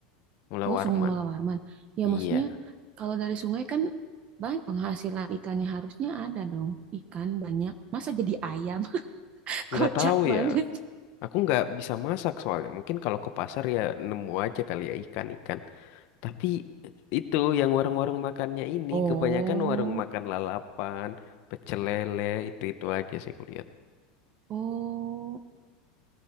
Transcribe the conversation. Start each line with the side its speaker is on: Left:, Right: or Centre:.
Left: Mula
Right: oh,
Left: Warman.
Right: Sungai Mula Warman. Ya,
Left: Iya,
Right: maksudnya kalau dari sungai kan banyak penghasilan ikannya harusnya ada dong. Ikan banyak. Masa jadi ayam? <laughs>
Left: Nggak
Right: Kocak
Left: tahu
Right: banget.
Left: ya. Aku nggak bisa masak soalnya. Mungkin kalau ke pasar ya nemu aja kali ya ikan-ikan. Tapi itu yang warung-warung makannya ini
Right: Oh,
Left: kebanyakan warung makan lalapan, pecel lele, itu-itu aja sih kulihat.
Right: Oh.